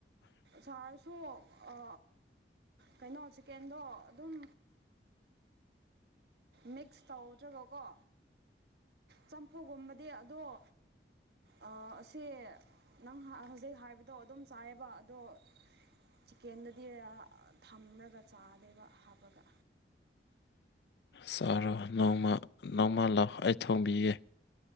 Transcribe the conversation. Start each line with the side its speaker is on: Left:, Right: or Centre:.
Right: ꯁꯥꯔꯁꯨ ꯑ ꯀꯩꯅꯣ ꯆꯤꯀꯦꯟꯗꯣ ꯑꯗꯨꯝ ꯃꯤꯛꯁ ꯇꯧꯗ꯭ꯔꯒꯀꯣ ꯆꯝꯐꯨꯒꯨꯝꯕꯗꯤ ꯑꯗꯨꯝ ꯑ ꯑꯁꯦ ꯅꯪ ꯍꯤꯏ ꯍꯧꯖꯤꯛ ꯍꯥꯏꯕꯗꯣ ꯑꯗꯨꯝ ꯆꯥꯏꯌꯦꯕ ꯑꯗꯣ ꯆꯤꯀꯦꯟꯗꯗꯤ ꯑ ꯊꯝꯂꯒ ꯆꯥꯗꯦꯕ ꯍꯥꯞꯄꯒ
Left: ꯆꯥꯔꯣ ꯅꯣꯡꯃ ꯅꯣꯡꯃꯥ ꯂꯥꯛꯑꯣ ꯑꯩ ꯊꯣꯡꯕꯤꯒꯦ